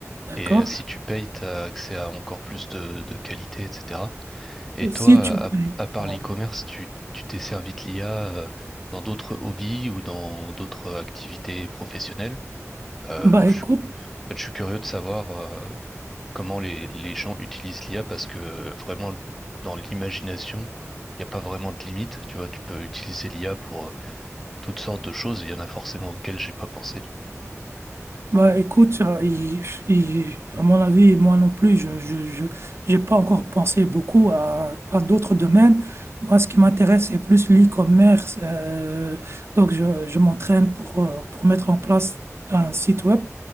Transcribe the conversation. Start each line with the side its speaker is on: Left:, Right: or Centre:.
Right: d'accord.
Centre: et euh, si tu payes, t'as accès à encore plus de, de qualité, etc. Et
Right: Et
Centre: toi,
Right: si tu payes,
Centre: à, à part
Right: voilà.
Centre: l'e-commerce, tu, tu t'es servi de l'IA euh, dans d'autres hobbies ou dans d'autres activités professionnelles? Euh,
Right: bah
Centre: je,
Right: écoute,
Centre: je suis curieux de savoir euh, comment les, les gens utilisent l'IA parce que vraiment, dans l'imagination, il n'y a pas vraiment de limite. Tu vois, tu peux utiliser l'IA pour euh, toutes sortes de choses et il y en a forcément auxquelles j'ai pas pensé. tu
Right: Bah, écoute, euh, il- il- à mon avis, moi non plus, je, je, je- j'ai pas encore pensé beaucoup à, à d'autres domaines. Moi, ce qui m'intéresse, c'est plus l'e-commerce. euh, donc, je, je m'entraîne pour, euh, pour mettre en place un site web.